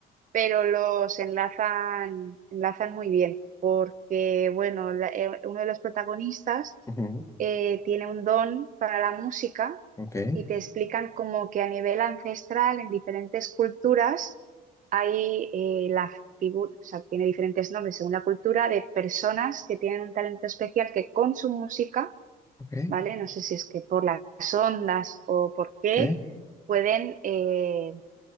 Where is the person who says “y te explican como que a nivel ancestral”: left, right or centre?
Right